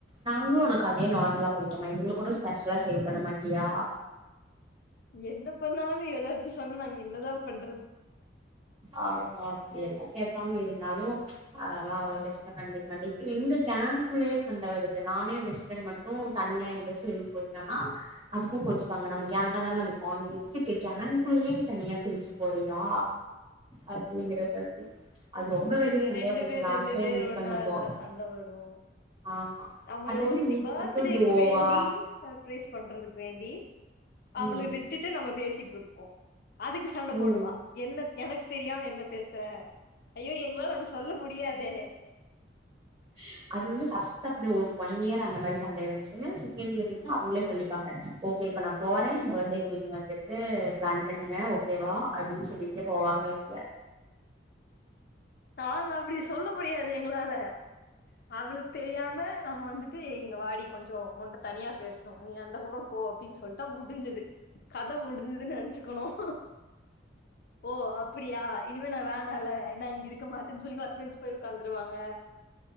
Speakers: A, on the right; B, on the left.
A: நாங்களும் உனக்கு அதே நார்மலா போயிட்டோமா எங்களுக்கு கூட ஸ்பெஷலா சேவ் பண்ண மாட்டியா
B: என்ன பண்ணாலும் ஏதாச் சொன்னாங்க என்னதான் பன்
A: ஆமா அப்படில்ல கேக்காம இருந்தாலும் ச் அதான் அவ்ளோ பெர்ச கண்டி ம ண்டி இப்ப எங்க கேம்பளே சண்ட வருது நானே என் பெஸ்ட்பிரண்ட் மட்டும் தனியா எங்கயாச்சும் வெளிய போயிட்டேனா அதுக்கும் கோச்சிபங்க நம்ம கேங்கா தானே இருக்கே இப்ப எதுக்கு கேங்குள்ளேயே நீ தனியா பிரிச்ச போறயா அப்படிங்கற மாதிரி அது ரொம்ப பெரிய
B: இந்த
A: சண்டையா
B: ரெண்டுப்பேர்
A: போச்சு லாஸ்ட்
B: ரெண்டுப்பேர்
A: டைம் மீட்
B: ஒன்னா
A: பண்ணப்போ
B: இருந்தா சண்டை வரும்
A: ஆமா
B: நம்மய
A: அது என்ன
B: ஒருத்தி
A: நீங்க
B: பர்த்டேக்கு
A: மட்டு டுவோவா
B: வேண்டி சர்பரைஸ் பண்றதுக்கு வேண்டி அவளட
A: ம்
B: விட்டுட்டு நம்ம பேசிட் திருப்போ அதுக்கு சண்ட
A: ம்
B: போடுவா என்ன எனக்கு தெரியாம என்ன பேசுற ஐயோ எங்களால அத சொல்ல முடியாதே
A: சு அது வந்து சஸ் தப்படி ஒரு ஒன்யியர் அந்த மாரி சண்ட இருந்துச்சு செகண்ட் இயர்லந்து அவங்களே சொல்லிப்பாங்க ஓகே இப்ப நான் போறே பர்த்டேக்கு நீங்க வந்துட்டு பிளான் பண்ணுங்க ஓ ஓக்கேவா அப்டின்னு சொல்லிட்டே போவாங்கங்க
B: நாங்க அப்டி சொல்ல முடியாது எங்களால அவளுக்கு தெரியாம நாங்க வந்துட்டு இங்க வாடி கொஞ்ச உன்கிட்ட தனியா பேசனும் நீ அந்த பக்கபோ அப்டின் சொல்ட முடிஞ்சது கத முடிஞ்து நினைச்சு க்கணும் ஓ அப்டியா இனிமே நா வேணால நா இங்க இருக் இருக்க மாட்டேன்னு சொல்லி பஸ்ட் பெஞ்ச் போய் உட்காந்துருவாங்க